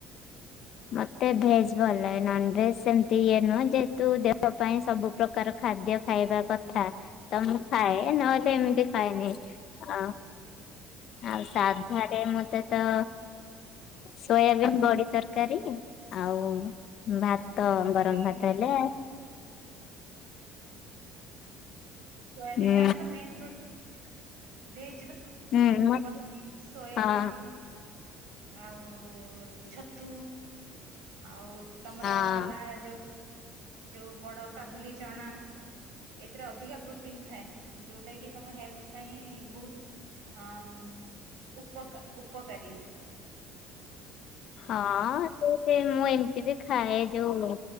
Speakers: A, on the left; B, on the right.
A: ମତେ ଭେଜ ଭଲ ଲାଗେ ନନ ଭେଜ ସେମିତି ଇଏ ନୁହଁ ଯେହେତୁ ଦେହ ପାଇଁ ସବୁ ପ୍ରକାର ପ୍ରକାର ଖାଦ୍ୟ ଖାଇବା କଥା ତ ମୁଁ ଖାଏ ନହେଲେ ଏମିତି ଖାଏନି ଆଁ। ଆଉ ସାଧାରେ
B: ହଁ
A: ମତେ ତ ସୋୟାବିନ୍ ବଡି ତରକାରୀ ଆଉ ଭାତ
B: ସେଇଟା ତ
A: ଗରମ
B: ମେନ୍
A: ଭାତ ହେଲେ ଏ
B: ସୋୟାବିନ୍
A: ଉଁ
B: ଟା ଆମର ମେନ୍ ପ୍ରୋଟି ଭେଜ ର କଣ
A: ହୁଁ
B: ପନିର, ସୋୟାବିନ୍
A: ହଁ
B: ଆଉ ଛତୁ। ଆଉ ତମର
A: ହଁ
B: ହେଲା ଯୋଉ ଯୋଉ ବଡ କାବୁଲି ଚଣା। ଏଥିରେ ଅଧିକା ପ୍ରୋଟିନ ଥାଏ ଯୋଉଟା କି ତମ ହେଲଥ ପାଇଁ ବହୁତ ହଁ ଉପକା ଉପକାରି।
A: ହଁ। ସେ ସେ ମୁଁ ଏମିତି ବି ଖାଏ ଯୋଉ